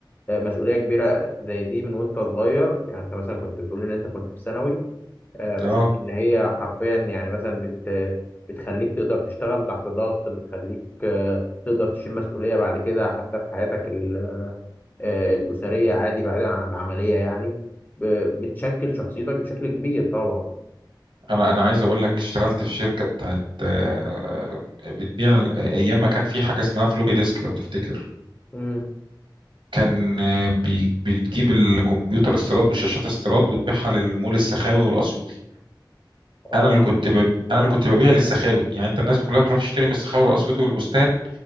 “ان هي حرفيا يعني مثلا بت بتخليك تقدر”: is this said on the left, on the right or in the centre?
Left